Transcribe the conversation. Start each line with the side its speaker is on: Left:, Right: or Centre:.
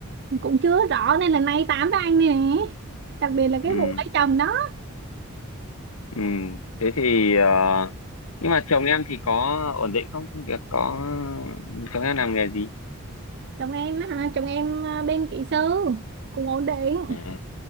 Right: cũng chưa rõ nên là nay tám với anh nè đặc biệt là cái
Left: ừ,
Right: vụ lấy chồng đó
Left: ừ. thế thì ờ, nhưng mà chồng em thì có ổn định không công việc có chồng em làm nghề gì
Right: chồng em á hả chồng em à, bên kỹ sư cũng ổn định
Left: à,